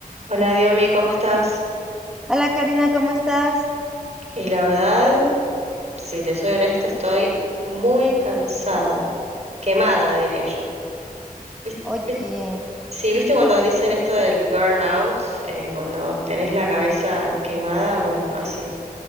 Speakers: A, on the right; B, in the centre.
A: Hola Diomi, ¿cómo estás?
B: Hola Karina, ¿cómo estás?
A: Y la verdad, si te soy honesta, estoy muy cansada, quemada, diría yo. ¿Vis-
B: Oye,
A: vis- Sí, viste cuando dicen esto del burnout, Eh, cuando tenés la cabeza quemada, bueno, así.